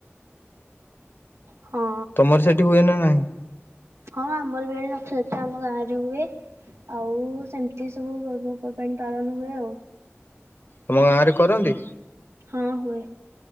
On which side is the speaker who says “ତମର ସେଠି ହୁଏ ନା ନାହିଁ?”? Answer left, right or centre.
Left